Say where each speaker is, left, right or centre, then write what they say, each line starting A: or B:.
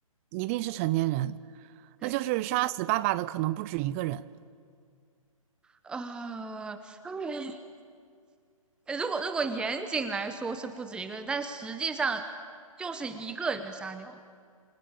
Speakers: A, on the right; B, in the centre.
A: 一定是成年人。
B: 对，
A: 那就是杀死爸爸的可能不止一个人。
B: 呃，<laughs> 呃如果如果严谨来说是不止一个人，但实际上就是一个人杀掉了